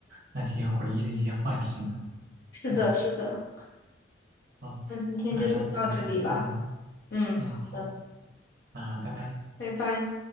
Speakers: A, on the right; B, on the left.
A: 那些回忆的一些话题呢。
B: 是的，
A: 嗯，
B: 是的。
A: 好，
B: 那今天就先到这里吧。
A: 那要不改天再聊。
B: 嗯，
A: 嗯，
B: 好的，
A: 好，那拜拜。
B: 拜拜。